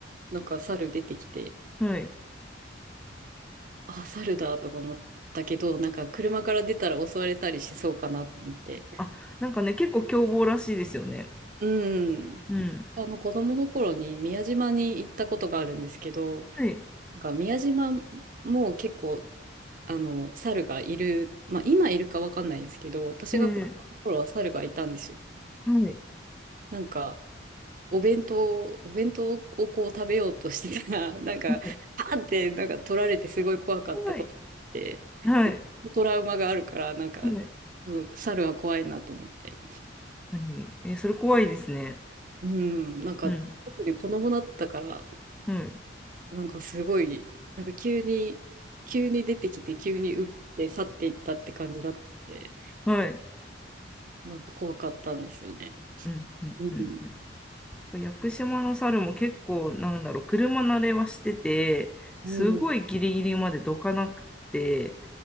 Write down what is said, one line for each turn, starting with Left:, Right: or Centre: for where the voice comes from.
Right: なんか猿出てきて、
Centre: はい。
Right: あ、猿だとか思ったけど、なんか車から出たら襲われたりしそうかなと思って。
Centre: あ、なんかね、結構凶暴らしいですよね。
Right: うん。
Centre: うん。
Right: あの子供の頃に宮島に行ったことがあるんですけど、
Centre: はい。
Right: なんか宮島も結構、あの、猿がいる、まあ今いるかわかんないですけど、私が子供の頃は猿がいたんですよ。
Centre: ええはい。
Right: なんか、お弁当を、お弁当をこう食べようとしてたら、<laughs> なんか、
Centre: はい。
Right: パーンってなんか取られてすごい怖かったことがあって、
Centre: はい。はい。
Right: なんかトラウマがあるから、なんか、
Centre: はい
Right: ちょっと猿は怖いなと思って。
Centre: 確かに。えーそれ怖いですね。
Right: うん、なんか、
Centre: うん。
Right: 特に子供だったから、
Centre: はい。
Right: なんかすごい、なんか急に、急に出てきて、急に奪って去っていったって感じだって、
Centre: はい。
Right: なんか怖かったんですよね。
Centre: うん。うん。
Right: うん。
Centre: うん屋久島の猿も結構、なんだろう、車慣れはしてて、
Right: うん。
Centre: すごいギリギリまでどかなくて、